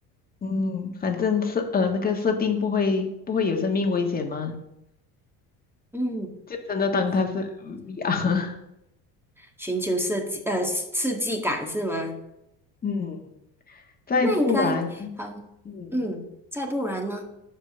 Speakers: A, on the left; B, in the centre.
A: 嗯，反正设呃那个设定不会不会有生命危险吗？
B: 嗯，
A: 就真的当它是嗯 VR，<laughs>
B: 寻求设计呃刺激感是吗？
A: 嗯，再不然，
B: 那应该好，
A: 嗯，
B: 嗯，再不然呢？